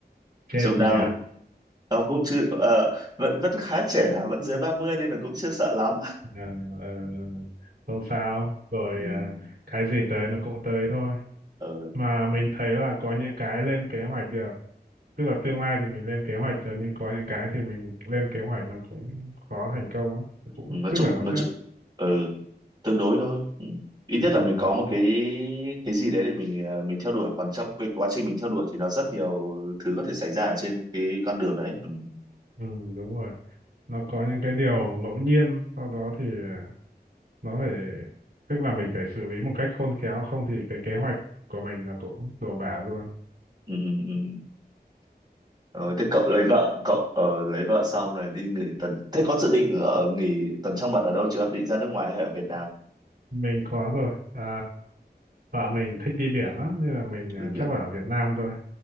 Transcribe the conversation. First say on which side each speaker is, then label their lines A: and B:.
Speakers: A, on the right (about 65°); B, on the right (about 25°).
A: chết
B: chứ
A: nhỉ
B: đang ông cũng chưa ờ, vẫn vẫn khá trẻ vẫn dưới 30 nên là cũng chưa sợ lắm
A: Ờ, ờ, không sao rồi
B: ừ.
A: à, cái gì tới nó cũng tới thôi
B: Ừ.
A: mà mình thấy là có những cái lên kế hoạch được tức là tương lai thì mình lên kế hoạch được nhưng có những cái thì mình lên kế hoạch nó cũng khó thành công lắm cũng
B: nói
A: tức
B: chung
A: là nó
B: nói
A: sẽ
B: chung ừ. tương đối thôi ừ. ít
A: ừ,
B: nhất là mình có
A: nó,
B: một
A: nó-
B: cái cái gì đấy để mình ờ, mình theo đuổi còn trong cái quá trình mình theo đuổi thì nó rất nhiều thứ có thể xảy ra ở trên cái con đường đấy ừ.
A: ừ, đúng rồi nó có những cái điều ngẫu nhiên sau đó thì à, nó phải tức là mình phải xử lý một cách khôn khéo không thì cái kế hoạch của mình nó cũng đổ bả luôn
B: Ừ. Ừ. ừ. Ờ, thế cậu lấy vợ cậu ờ, lấy vợ xong này đi nghỉ tuần thế có dự định ở nghỉ tuần trăng mật ở đâu chưa định ra nước ngoài hay ở Việt Nam
A: mình có rồi à, vợ mình thích đi biển lắm nên là mình
B: đi
A: à,
B: biển
A: chắc là ở Việt Nam thôi